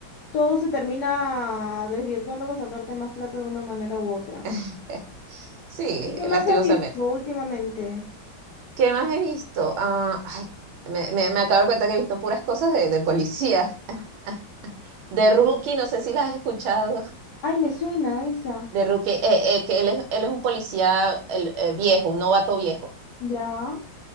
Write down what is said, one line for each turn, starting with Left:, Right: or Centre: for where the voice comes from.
Left: todo se termina desvirtuando para sacarte más plata de una manera u otra.
Right: <laughs> Sí,
Left: ¿Y qué más
Right: lastimosamente.
Left: has visto últimamente?
Right: ¿Qué más he visto? Ah, ay, me, me, me acabo de dar cuenta que he visto puras cosas de, de policías. <laughs> De Rookie, no sé si las has escuchado.
Left: Ay, me suena esa.
Right: De Rookie, eh, eh, que él es, él es un policía el- eh, viejo, un novato viejo.
Left: Ya,